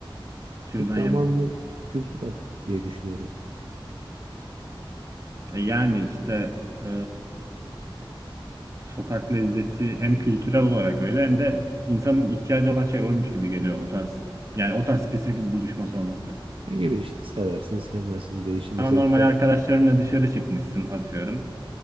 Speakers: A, on the right (about 35°); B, on the right (about 80°).
A: Şuradan
B: Bir tık tamamen
A: yemem.
B: kültürel diye düşünüyorum.
A: E yani işte e, sokak lezzeti hem kültürel olarak öyle hem de insanın ihtiyacı olan şey oymuş gibi geliyor o tarz. Yani o tarz spesifik bir buluşma sonrası.
B: Ya gibi işte seversin sevmezsin değişir. Mesela
A: Ama normal
B: kere...
A: arkadaşlarınla
B: Hı.
A: dışarı çıkmışsın atıyorum.